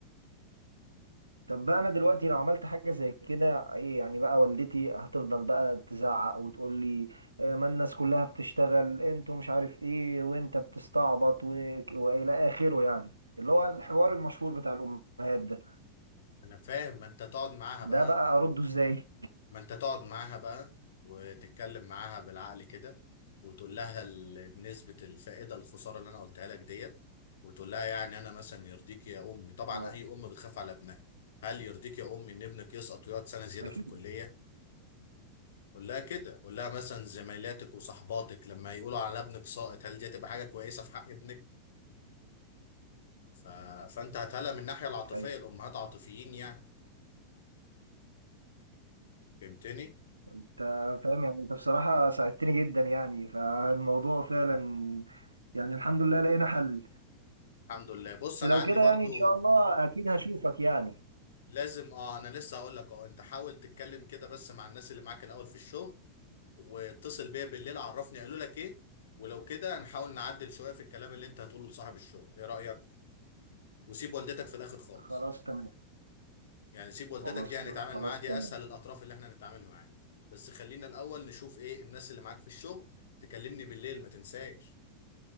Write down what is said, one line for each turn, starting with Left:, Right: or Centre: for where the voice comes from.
Right: طب بقى انا دلوقتي لو عملت حاجه زي كده ايه يعني بقى والدتي هتفضل بقى تزعق وتقول لي آه، ما الناس كلها بتشتغل انتوا مش عارف ايه وانت بتستعبط و- والى اخره يعني اللي هو الحوار المشهور بتاع الامهات ده
Left: انا فاهم ما انت تقعد معاها
Right: ده
Left: بقى
Right: بقى
Left: و...
Right: ارده ازاي
Left: ما انت تقعد معاها بقى وتتكلم معاها بالعقل كده وتقول لها ال- نسبة الفائدة الخسارة اللي انا قلتها لك ديت وتقول لها يعني انا مثلا يرضيك يا امي طبعا
Right: اه
Left: اي ام بتخاف على ابنها هل يرضيك يا امي ان ابنك يسقط ويقعد سنة زيادة
Right: اكيد
Left: في الكلية قول لها كده قول لها مثلا زميلاتك وصحباتك لما يقولوا على ابنك ساقط هل دي هتبقى حاجه كويسه في حق ابنك ف... فانت هتهلا من الناحيه العاطفيه
Right: ايوه
Left: الامهات عاطفيين يعني فهمتني
Right: انت فاهم يعني انت بصراحه ساعدتني جدا يعني فالموضوع فعلا يعني الحمد لله لقينا حل
Left: الحمد لله بص
Right: بس
Left: انا
Right: لو
Left: عندي
Right: كده
Left: برضو
Right: يعني ان شاء الله اكيد هشوفك يعني
Left: لازم اه انا لسه هقول لك اه انت حاول تتكلم كده بس مع الناس اللي معاك الاول في الشغل واتصل بيا بالليل عرفني قالوا لك ايه ولو كده هنحاول نعدل شويه في الكلام اللي انت هتقوله لصاحب الشغل ايه رايك وسيب والدتك في الاخر خالص
Right: خلاص تمام
Left: يعني سيب والدتك
Right: خلاص
Left: دي هنتعامل
Right: خلاص
Left: معاها دي
Right: تمام
Left: اسهل الاطراف اللي احنا هنتعامل معاها بس خلينا الاول نشوف ايه الناس اللي معاك في الشغل تكلمني بالليل ما تنساش